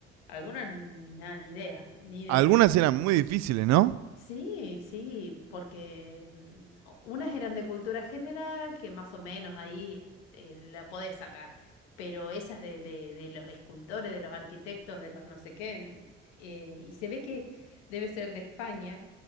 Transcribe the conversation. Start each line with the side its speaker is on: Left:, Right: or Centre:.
Left: algunas, nada, ni idea, ni idea.
Right: Algunas eran muy difíciles, ¿no?
Left: Sí, sí, porque mm, o- unas eran de cultura general, que más o menos ahí eh, la podés sacar, pero esas de, de- de los escultores, de los arquitectos, de los no sé qué, n- eh, y se ve que debe ser de España,